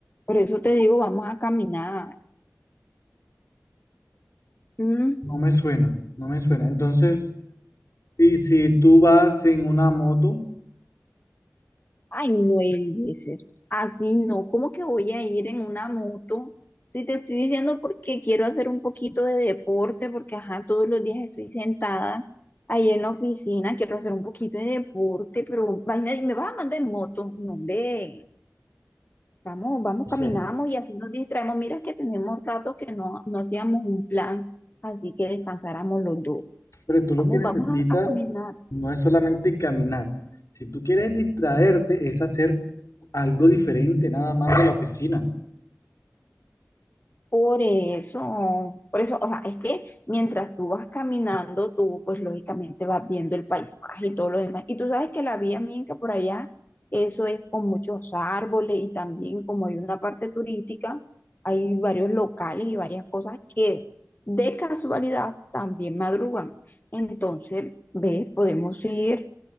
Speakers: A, on the left; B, on the left.
A: por eso te digo, vamos a caminar. Mm,
B: No me suena, no me suena. Entonces, y si tú vas en una moto,
A: Ay, no debe ser, así no, ¿cómo que voy a ir en una moto? Si te estoy diciendo porque quiero hacer un poquito de deporte, porque ajá, todos los días estoy sentada ahí en la oficina, quiero hacer un poquito de deporte, pero vaina, ¿y me vas a mandar en moto? No, hombre. Vamos, vamos,
B: o
A: caminamos
B: sea,
A: y así nos distraemos. Mira que tenemos rato que no, no hacíamos un plan, así que descansáramos los dos.
B: pero tú lo
A: Vamos,
B: que necesitas
A: vamos a, a caminar.
B: no es solamente caminar. Si tú quieres distraerte, es hacer algo diferente, nada más de la oficina.
A: Por eso, por eso, o sea, es que mientras tú vas caminando, tú pues lógicamente vas viendo el paisaje y todo lo demás. Y tú sabes que la vía Minca por allá, eso es con muchos árboles y también como hay una parte turística, hay varios locales y varias cosas que de casualidad también madrugan. Entonces, ves, podemos ir